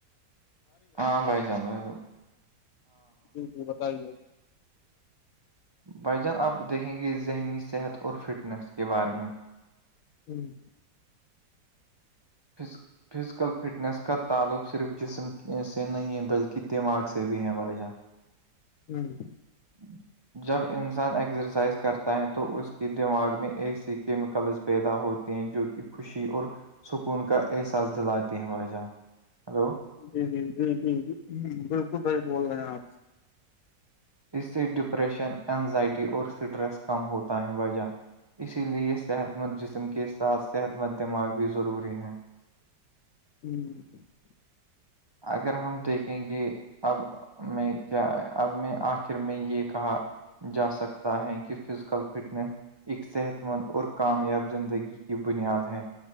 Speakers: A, on the right; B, on the left.
A: ہاں بائی جان بائی ج
B: جی جی بتائیے
A: بھ جان آپ دیکھیں گے ذہنی صحت اور فٹنس کے بارے میں
B: ہوں
A: <inaudible> فزیکل فٹنس کا تعلق صرف جسم سے نہیں بلکہ دماغ سے بھی ہیں بھائی جان <inaudible>
B: <inaudible>
A: ہوں جب انسان ایکسرسائز کرتا ہے تو اس کے دماغ میں ایسی کیمیکلز پیدا ہوتی ہیں جو کہ خوشی اور کون کا احساس دلاتے ہیں بھائی جان ہلو
B: جی جی جی جی جی بالکل صحیح بول رہے ہیں آپ
A: اس سے ڈپریشن اینزائٹی اور سٹریس کم ہوتااں وجہہ اسی لیے صحت مند جسم کے ساتھ صحت مند دماغ بھی ضروری ہیں
B: ہوں
A: اگر ہم دیکھیں گے اب میں کیا اب میں آخر میں یہ کہا جا سکتا ہے کہ فزیکل فٹنیس ایک صحت مند اور کامیاب زندگی کی بنیاد ہے